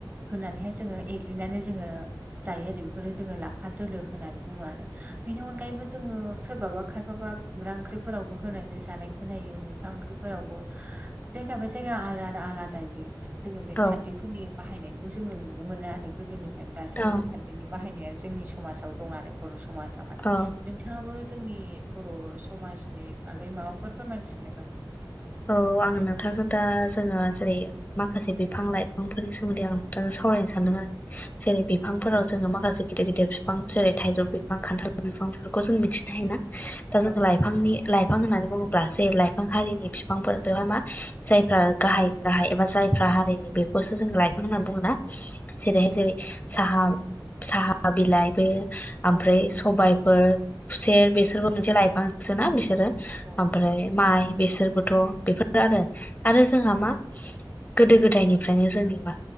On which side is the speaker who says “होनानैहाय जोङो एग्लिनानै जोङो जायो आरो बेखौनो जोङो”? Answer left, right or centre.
Right